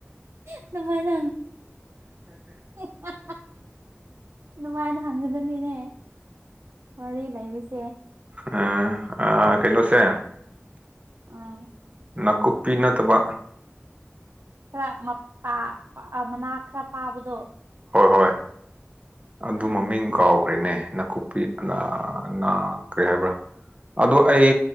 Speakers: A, on the right; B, on the right.
A: ꯑꯗꯨꯃꯥꯏꯅ ꯑ <unintelligible> ꯅꯨꯡꯉꯥꯏꯅ ꯍꯪꯒꯗꯕꯅꯤꯅꯦ ꯋꯥꯔꯤ ꯂꯩꯔꯤꯁꯦ
B: ꯑ ꯑ ꯀꯩꯅꯣꯁꯦ
A: ꯑꯥ
B: ꯅꯥꯀꯨꯞꯄꯤ ꯅꯠꯇꯕ
A: ꯈꯔ ꯃꯅꯥ ꯈꯔ ꯄꯥꯕꯗꯣ
B: ꯍꯣꯏ ꯍꯣꯏ ꯑꯗꯨ
A: ꯑꯥ ꯑꯥ
B: ꯃꯃꯤꯡ
A: ꯈꯪꯉꯦ
B: ꯀꯥꯎꯒ ꯀꯩꯅꯦ ꯅꯥꯀꯨꯞꯄꯤ ꯑꯅꯥ ꯑꯅꯥ ꯀꯔꯤ ꯍꯥꯏꯕ꯭ꯔꯥ ꯑꯗꯨ ꯑꯩ